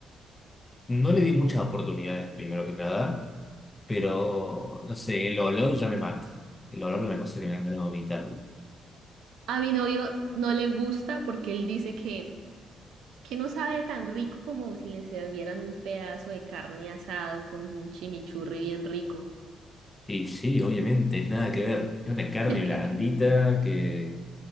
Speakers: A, on the left; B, on the right.
A: No le di muchas oportunidades, primero que nada, pero no sé, el olor ya me mata. El olor es una cosa que me han ganado vomitar.
B: A mi novio no le gusta porque él dice que, que no sabe tan rico como si le servieran un pedazo de carne asado con un chimichurri bien rico.
A: Y sí, obviamente, nada que ver. Es una carne
B: <laughs>
A: blandita que